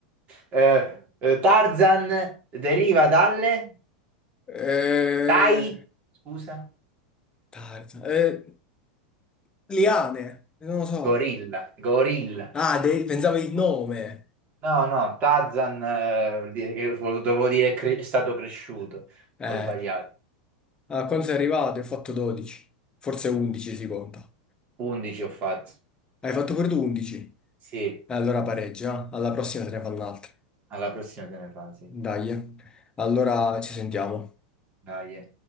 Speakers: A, on the right; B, on the left.
A: Eh, eh, Tarzan deriva dalle
B: eh,
A: dai, scusa,
B: tarza, eh, liane, non lo so.
A: gorilla, gorilla.
B: Ah, de- pensavo il nome.
A: No, no, Tarzan eh, vuol dire che- vo- dovevo dire cre- è stato cresciuto.
B: Eh,
A: Ho sbagliato.
B: a quando sei arrivato? Hai fatto 12, forse 11 si conta.
A: 11 ho fatto.
B: Hai fatto per tu 11?
A: Sì,
B: Eh, Allora pareggia, alla prossima te ne fanno un'altra.
A: alla prossima te ne fa, sì.
B: Dai, eh. allora ci sentiamo.
A: Dai. eh.